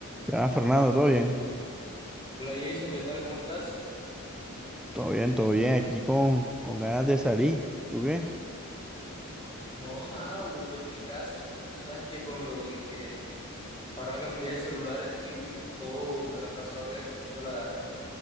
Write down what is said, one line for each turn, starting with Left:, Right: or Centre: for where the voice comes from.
Centre: Ya, Fernando, ¿todo bien?
Left: Hola Jason, ¿qué tal? ¿Cómo estás?
Centre: Todo bien, todo bien. Aquí con, con ganas de salir. ¿Tú qué?
Left: No, nada, aburrido en mi casa. Tú sabes que con lo de que ahora cambié de celular estoy todo, me la he pasado organizando la,